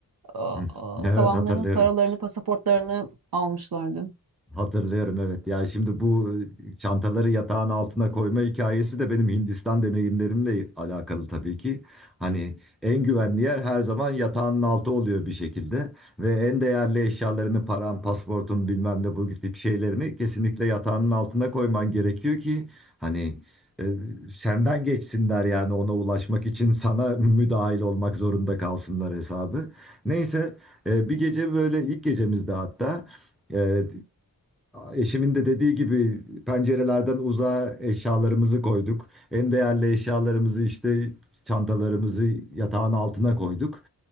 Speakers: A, on the right (about 65°); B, in the centre.
A: aa,
B: Hı. Evet
A: kalanların
B: hatırlıyorum.
A: paralarını, pasaportlarını almışlardı.
B: Hatırlıyorum evet. Ya şimdi bu çantaları yatağın altına koyma hikayesi de benim Hindistan deneyimlerimle alakalı tabii ki. Hani en güvenli yer her zaman yatağın altı oluyor bir şekilde ve en değerli eşyalarını, paran, pasportun bilmem ne bu tip şeylerini kesinlikle yatağının altına koyman gerekiyor ki hani e, senden geçsinler yani ona ulaşmak için sana müdahil olmak zorunda kalsınlar hesabı. Neyse e, bir gece böyle ilk gecemizde hatta ee, eşimin de dediği gibi pencerelerden uzağa eşyalarımızı koyduk. En değerli eşyalarımızı işte çantalarımızı yatağın altına koyduk.